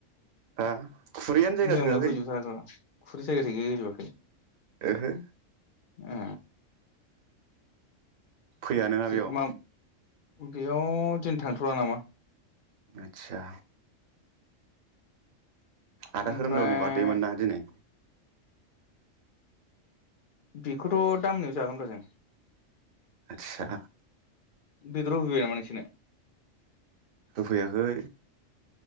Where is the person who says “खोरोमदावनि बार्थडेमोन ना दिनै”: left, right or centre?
Right